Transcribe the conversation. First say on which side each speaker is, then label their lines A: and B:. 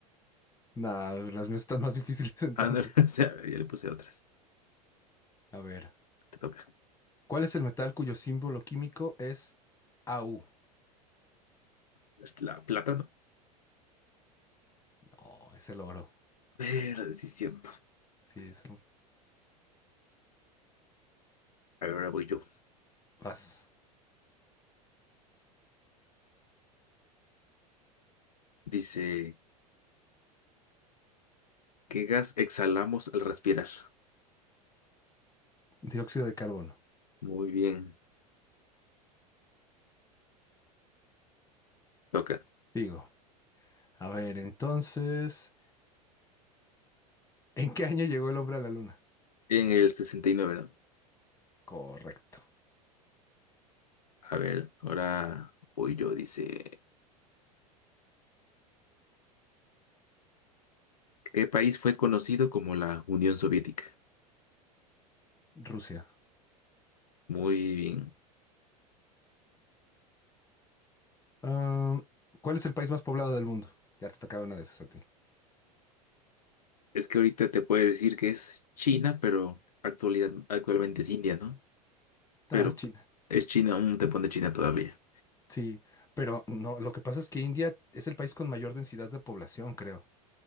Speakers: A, on the left; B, on the left.
A: Nada, las mías están más difíciles <laughs> entonces.
B: Ah, no, <laughs> o sea, ya le puse otras.
A: A ver.
B: Te toca.
A: ¿Cuál es el metal cuyo símbolo químico es AU?
B: Es La plátano.
A: No, es el oro.
B: Pero sí es cierto.
A: Sí, es un...
B: A ver, ahora voy yo.
A: Vas.
B: Dice, ¿qué gas exhalamos al respirar?
A: Dióxido de carbono.
B: Muy bien. Toca.
A: Digo. A ver, entonces, ¿en qué año llegó el hombre a la luna?
B: En el 69, ¿no?
A: Correcto.
B: A ver, ahora voy yo. Dice, ¿qué país fue conocido como la Unión Soviética?
A: Rusia.
B: Muy bien.
A: Ah, ¿cuál es el país más poblado del mundo? Ya te tocaba una de esas a ti.
B: Es que ahorita te puede decir que es China, pero actualidad, actualmente es India, ¿no? Pero
A: No, es China.
B: es China, aún te pone China todavía.
A: Sí, pero no, lo que pasa es que India es el país con mayor densidad de población, creo.